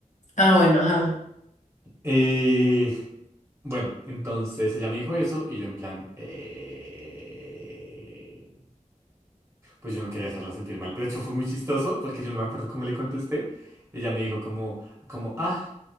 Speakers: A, on the left; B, on the right.
A: Ah, bueno, ajá.
B: Eh, Bueno, entonces ella me dijo eso y yo en plan, eh, pues yo no quería hacerla sentir mal. De hecho fue muy chistoso porque yo no me acuerdo cómo le contesté. Ella me dijo como, como, ah,